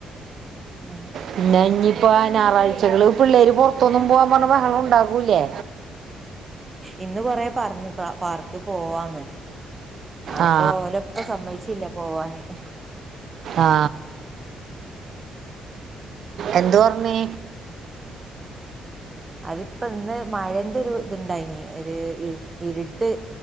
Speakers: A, on the right; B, on the right.
A: ഉം
B: പിന്നെഞ്ഞി ഇപ്പ ഞാറാഴ്ചകള് പിള്ളേര് പുറത്തൊന്നും പോവാൻ പറഞ്ഞ ബഹളൊന്നു ണ്ടാക്കൂലേ
A: ഇന്ന് കൊറേ പറഞ്ഞു പ പാർക്ക് പോവാന്ന് ആപ്പോ
B: ആ
A: ഓലുപ്പ സമ്മയ്ച്ചില്ല പോവാന് <inaudible>
B: ആ എന്തു പറഞ്ഞി?
A: അതിപ്പോ ഇന്ന് മഴേന്റെ രു ത്ണ്ടായിന് ഒരു ഇര് ഇര്ട്ട്